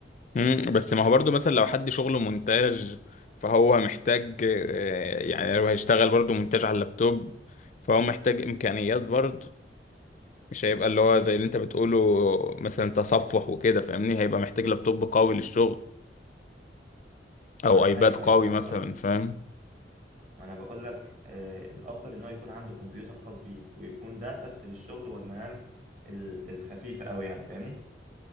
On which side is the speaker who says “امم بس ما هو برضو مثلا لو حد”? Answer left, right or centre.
Left